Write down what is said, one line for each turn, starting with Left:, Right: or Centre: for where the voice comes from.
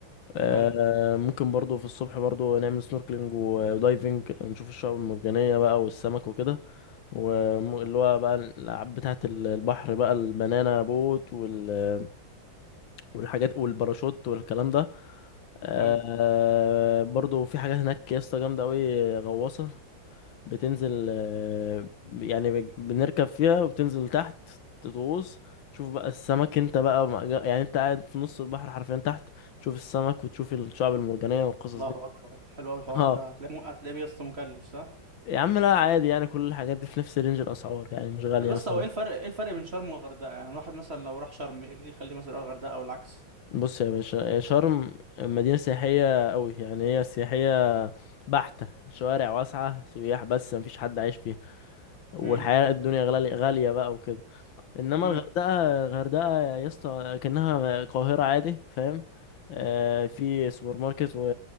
Left: آه،
Right: حلو
Left: ممكن برضو في الصبح برضو نعمل سنوركلينج و- ودايفنج نشوف الشعاب المرجانية بقى والسمك وكده واللي هو بقى الألعاب بتاعة ال- البحر بقى البنانا بوت وال... والحاجات والباراشوت والكلام ده آه
Right: حلو
Left: برضو في حاجات هناك يا اسطى جامدة أوي غواصة بتنزل آه، يعني بج- بنركب فيها وبتنزل تحت تغوص تشوف بقى السمك انت بقى مع- يعني انت قاعد في نص البحر حرفيا تحت تشوف السمك وتشوف الشعب المرجانية والقصص
Right: الله
Left: دي
Right: اكبر حلو قوي الحوار
Left: اه
Right: ده هتلاقيه هتلاقيه بس مكلف صح
Left: يا عم لا عادي يعني كل الحاجات دي في نفس رينج الأسعار يعني مش غالية
Right: طب بس
Left: مثلا
Right: هو ايه الفرق ايه الفرق بين شرم والغردقة يعني الواحد مثلا لو راح شرم ايه اللي يخليه مثلا يروح الغردقة او العكس
Left: بص يا باشا شرم مدينة سياحية قوي يعني هي سياحية بحتة شوارع واسعة سياح بس مفيش حد عايش فيها والحياة
Right: امم
Left: الدنيا غالية غالية بقى وكده انما
Right: امم
Left: الغردقه الغردقه يا اسطى كانها القاهره عادي فاهم آه في سوبر ماركت و...